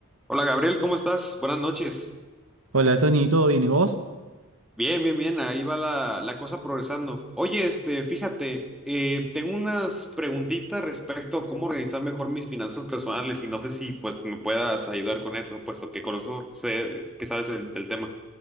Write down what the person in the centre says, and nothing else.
Hola Gabriel, ¿cómo estás? Buenas noches.
Bien, bien, bien, ahí va la, la cosa progresando. Oye, este, fíjate, eh, tengo unas preguntitas respecto a cómo organizar mejor mis finanzas personales y no sé si pues me puedas ayudar con eso, puesto que con eso sé que sabes del, del tema.